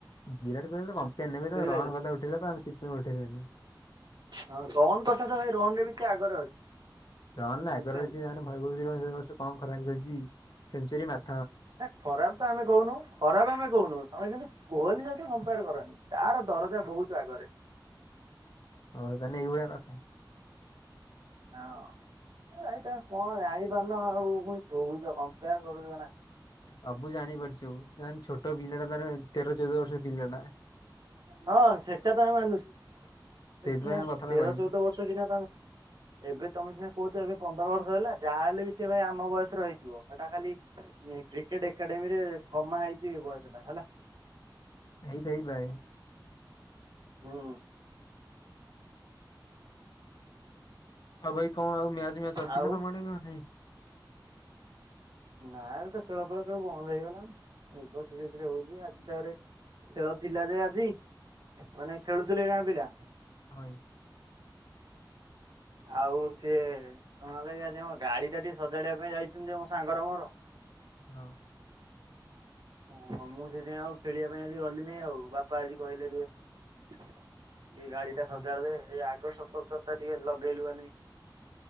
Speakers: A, on the left (about 65°); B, on the right (about 65°).
A: ବିରାଟ କୋହଲି ତ କମ୍ପ ନେବ
B: ବୁଝିପାରିଲ।
A: ତ ରନ କଥା ଉଠେଇଲା ତ ଆମେ ସେଥିପାଇଁ ଉଠେଇଦେଲୁ।
B: ହଁ ରନ୍ କଥା ତ ଭାଇ ରନ୍ ରେ ବି ସେ ଆଗରେ ଅଛି।
A: ରନ୍
B: ବୁଝିପାରିଲ।
A: ନା ଆଗରୁ <unintelligible> କଣ ଖରାପ ଖେଳିଛି ସେଞ୍ଚୁରି ମାର୍
B: ନା ଖରାପ ତ ଆମେ କହୁନୁ ଖରାପ ଆମେ କହୁନୁ ତମେ କିନ୍ତୁ କୋହିଲି ସହିତ କମ୍ପେୟାର କରନି। ତାର ଦରଜା ବହୁତ ଆଗରେ।
A: ହଉ ତାନେ ଏହିଭଳିଆ କଥା।
B: ହଁ ଭାଈ ତ କଣ ଜଣିପାରୁନ ଆଉ ପୁଣି କହୁଛ କମ୍ପେୟାର କରୁଛ ନା।
A: ସବୁ ଜାଣି ପାରୁଚୁ ଯେ ଛୋଟ ପିଲାଟା ତାର ତେର ଚଉଦ ବର୍ଷ ପିଲା ଟା।
B: ହଁ ସେଟା ତ ଆମେ ମାନୁଛୁ
A: ସେଇଥିପାଇଁ
B: ସିନା
A: ମୁଁ କଥାଟା
B: ତେର
A: କହିନି
B: ଚଉଦ ବର୍ଷ ସିନା ତମେ ଏବେ ତମେ ସିନା କହୁଚ ଏବେ ପନ୍ଦର ବ ହେଲା ଯାହାହେଲେ ବି ସେ ଭାଇ ଆମ ବୟସରେ ହେଇଥିବ ସେଟା ଖାଲି କ୍ରିକେଟ ଏକାଡେମୀରେ କମା ହେଇଛି ବୟସ ଟା ହେଲା।
A: ହେଇ ଥାଇ ପାରେ।
B: ହୁଁ
A: ଆଉ ଭାଇ କଣ ଆଉ ମ୍ୟାଚ ମ୍ୟାଚ ଅଛି
B: ଆଉ
A: ନା ତମ ଆଡେ ଏବେ ଆଉ ନାହିଁ।
B: ଗାଁ ରେ ତ ଖେଳ ଫେଳ ସବୁ ବନ୍ଦ ହେଇଗଲାଣି ମେଘ ଧୀରେ ଧୀରେ ହଉଛି ଆଜି ତାପରେ ଖେଳ ଥିଲା ଯେ ଆଜି ମାନେ ଖେଳୁଥିଲେ ଗାଁ ପିଲା
A: ହଁ ଇ
B: ଆଉ ସିଏ କଣ ହେଲା କି ଆଜି ଆମ ଗାଡି ଟା ଟିକେ ସଜାଡିବା ପାଇଁ ଯାଇଥିଲୁ ଯେ ମୋ ସାଙ୍ଗର ମୋର
A: ହଁ।
B: ଓଁ ମୁଁ ସେଥିପାଇଁ ଆଉ ଖେଳିବା ପାଇଁ ଆଜି ଗଲିନି ଆଉ ବାପା ଆଜି କହିଲେ ଟିକେ ଏ ଗାଡି ଟା
A: ହଁ
B: ସଜାଡ
A: ହଁ।
B: ଯାଏ ଏଇ ଆଗ ସକପଚରଟା ଟିକେ ଲଗେଇଲୁ ବା ନେଇଁ।